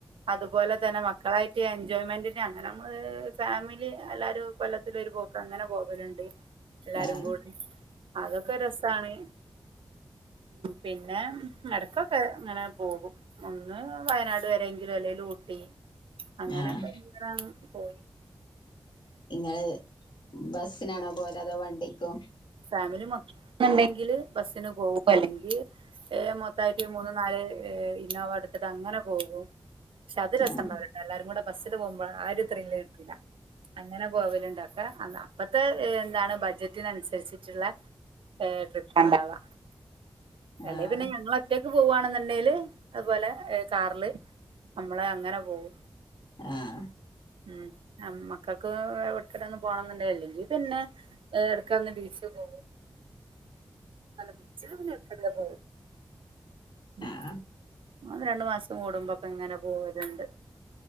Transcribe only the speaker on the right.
അതുപോലെ തന്നെ മക്കളായിട്ട് എൻജോയ്മെന്റിന് അങ്ങനെ ഫാമിലി എല്ലാരും കൊല്ലത്തിരു പോക്ക് അങ്ങനെ പോവലുണ്ട് എല്ലാരും
കൂടി അതൊക്കെ രസ ന്നാണ് പിന്ന പിന്നെ മടക്കൊക്കെ ഇങ്ങനെ പോകും ഒന്ന് വയനാട് വരെങ്കിലും അല്ലെങ്കി ഊട്ടി അങ്ങനെയൊക്കെ
പോയി
ഫാമിലി മൊത്തൊണ്ടെങ്കില് ബസ്സിന് പോകും അല്ലെങ്കി മൊത്തായിട്ട് മൂന്ന് നാല് ഇന്നോവ എടുത്തിട്ട് അങ്ങനെ പോകും പക്ഷെ അത് രസ
ഒണ്ടാവില്ലേട്ടോ എല്ലാരും കൂടെ ബസ്സിന് പോകുമ്പഴ ആ ഒരു ത്രില്ല് കിട്ടൂല്ല അങ്ങനെ പോവലുണ്ടക്കെ അന് അപ്പത്തെ എന്താണ് ബഡ്ജറ്റിനനുസരിച്ച് ച്ചുള്ള ഏ ട്രിപ്പ് ണ്ടാവാ അല്ലെയ്
പിന്നെ ഞങ്ങളൊറ്റ ക്ക് പോവാണെന്നുണ്ടേല് അതുപോലെ ഏ കാറില് നമ്മള് അങ്ങനെ പോവും
ഉം നമ്മക്കൊക്കെ എവിട്ക്കേലും ഒന്ന് പോണംന്നൊണ്ടേല് ല്ലെങ്കി പിന്നെ ഏ എടക്കൊന്ന് ബീച്ച് പോവും ബീച്ചില് പിന്നെ എടക്കെടക്കേ പോവും <unintelligible>
രണ്ട് മാസം കൂടുമ്പൊക്കെങ്ങനെ പോവലുണ്ട്